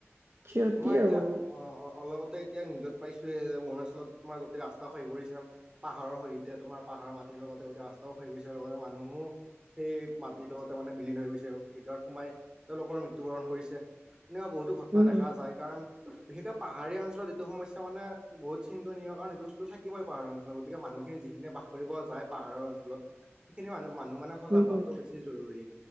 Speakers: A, on the right; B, on the right.
A: ক্ষতি
B: তোমাৰ এতিয়া
A: আৰু
B: অ-অ-অলপতে এতিয়া নিজত পাইছোৱে অৰুণাচলত তোমাৰ গোটেই ৰাস্তা সহি পৰিছে। পাহাৰৰ সৈতে তোমাৰ পাহাৰৰ মাটিৰ লগতে গোটেই ৰাস্তাও খহি পৰিচে লগতে মানুহো সেই মাটিৰ লগতে মানে বিলীন হৈ গৈছে ভিতৰত সোমাই তেওঁলোকৰ মৃত্যু বৰণ কৰিছে। তেনেকুৱা বহুতো ঘটনা
A: উম
B: দেখা কাৰণ বিশেষকে পাহাৰীয়া অঞ্চলত এইটো সমস্যা মানে বহুত চিন্তনীয়। কাৰণ এইটো তো থাকিবই পাহাৰৰ অঞ্চলত গতিকে মানুহখিনি যিখিনি বাস কৰিব যায় পাহাৰৰ অঞ্চলত। সেইখিনি মানুহ-মানুহ মানে সজাগ
A: উম
B: হোৱাটো
A: উম
B: বেছি জৰুৰী।